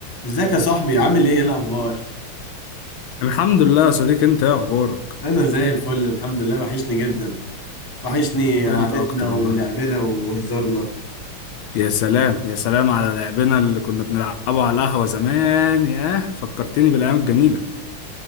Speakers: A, on the left; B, on the left.
A: ازيك يا صاحبي عامل ايه ايه الاخبار
B: الحمد لله يا صديقي انت ايه اخبارك
A: انا زي الفل الحمد لله وحشني جدا وحشني
B: انت
A: قعدتنا
B: اكتر
A: ولعبنا
B: والله
A: وهزارنا
B: يا سلام يا سلام على لعبنا اللي كنا بنلعبه على القهوة زمان ياه فكرتني بالايام الجميلة